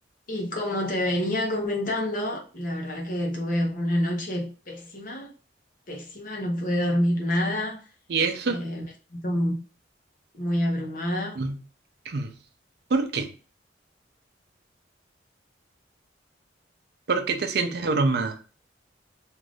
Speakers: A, on the left; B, on the right.
A: Y como te venía comentando, la verdad que tuve una noche pésima, pésima, no pude dormir nada,
B: ¿Y eso?
A: eh, me siento m- muy abrumada.
B: Mm. <clears throat> ¿Por qué? ¿Por qué te sientes
A: Sí, te-
B: abrumada?